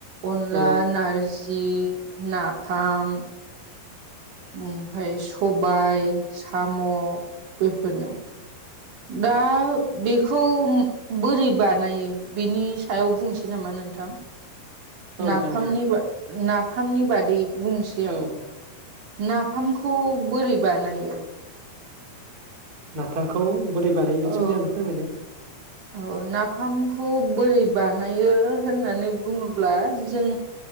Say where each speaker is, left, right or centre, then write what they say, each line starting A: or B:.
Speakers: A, on the right; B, on the right.
A: अनला
B: औ
A: नारजि नाफाम ओमफ्राय सबाय साम' बेफोरनो दा बेखौ बोरै बानायो बिनि सायाव बुंसै नामा नोंथां?
B: औ
A: नाफामनि
B: नोंथां औ
A: नाफामनि बादै बुंसै
B: औ
A: आं। नाफामखौ बोरै बानायो?
B: नाफामखौ बोरै बानायो बेनि
A: औ
B: सोमोन्दै आं नोंनो फोरमायसै
A: औ नाफामखौ बोरै बानायो होननानै बुङोब्ला जों